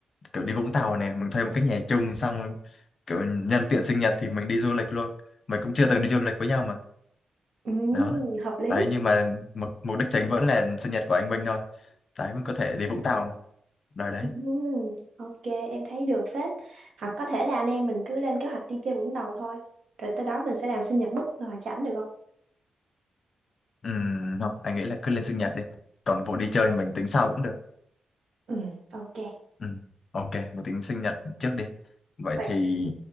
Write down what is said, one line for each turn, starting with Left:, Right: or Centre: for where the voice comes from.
Left: kiểu đi Vũng Tàu này, mình thuê một cái nhà chung xong kiểu nhân tiện sinh nhật thì mình đi du lịch luôn. Mình cũng chưa từng đi du lịch với nhau mà.
Right: ừ,
Left: Đó.
Right: hợp lý.
Left: Đấy nhưng mà mục mục đích chính vẫn là sinh nhật của anh Minh thôi. Đấy mình có thể đi Vũng Tàu đời đấy.
Right: Ừ, ok, em thấy được phết. Hoặc có thể là anh em mình cứ lên kế hoạch đi chơi Vũng Tàu thôi. Rồi tới đó mình sẽ làm sinh nhật bất ngờ cho ảnh được không?
Left: Ừm, không, anh nghĩ là cứ lên sinh nhật đi. Còn vụ đi chơi mình tính sau cũng được.
Right: Ừ, ok.
Left: Ừ. Ok, một tính sinh nhật trước đi. Vậy
Right: Vậy
Left: thì